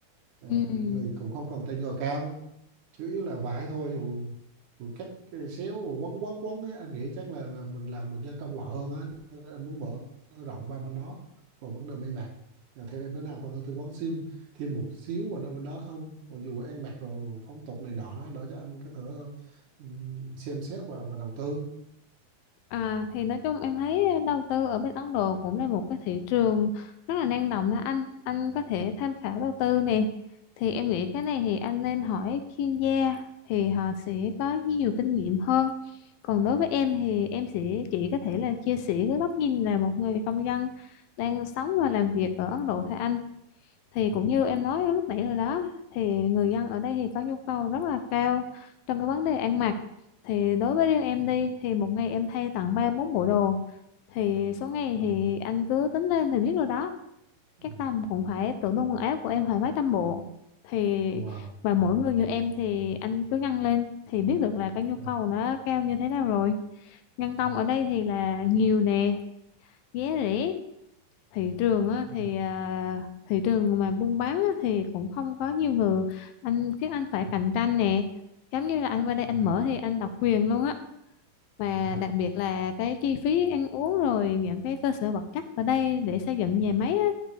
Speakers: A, on the right; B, on the left.
A: à,
B: ừ
A: người cũng không cần tay nghề cao chủ yếu là vải thôi dù, dù cắt cái xéo rồi quấn quấn quấn ấy anh nghĩ chắc là là mình làm được nhân công lọ hơn á Cho nên anh muốn mở rộng qua bên đó còn vấn đề may mặc là theo em thế nào có thể tư vấn xin thêm một xíu vào đôi bên đó không còn dù ăn mặc đồ phong tục này nọ đó đỡ cho anh có thể ừm, xem xét và và đầu tư
B: À, thì nói chung em thấy đầu tư ở bên Ấn Độ cũng là một cái thị trường rất là năng động đó anh anh có thể tham khảo đầu tư nè thì em nghĩ cái này thì anh nên hỏi chuyên gia thì họ sẽ có nhiều kinh nghiệm hơn còn đối với em thì em sẽ chỉ có thể là chia sẻ cái góc nhìn là một người công dân đang sống và làm việc ở Ấn Độ thôi anh thì
A: Ừ,
B: cũng như em nói lúc nãy rồi đó thì người dân ở đây thì có nhu cầu rất là cao trong cái vấn đề ăn mặc thì đối với riêng em
A: ừ,
B: đi thì một ngày em thay tận ba bốn bộ đồ thì số ngày
A: wow
B: thì anh cứ tính lên thì biết rồi đó
A: ừ,
B: các tầm cũng phải tủ đông quần áo của em phải mấy trăm bộ thì
A: wow
B: và mỗi người như em thì anh cứ ngăn lên thì biết được là cái nhu cầu
A: à,
B: nó cao như thế nào rồi nhân công
A: ừ,
B: ở đây thì là nhiều nè giá rẻ thị trường á
A: ừ,
B: thì à, thị trường mà buôn bán á, thì cũng không có nhiều người anh khiến anh phải
A: ừ,
B: cạnh tranh nè giống như là anh qua đây
A: ừ.
B: anh mở thì anh độc quyền luôn á và
A: à
B: đặc biệt là cái chi phí ăn uống rồi những cái cơ sở vật chất ở đây để xây dựng nhà máy á,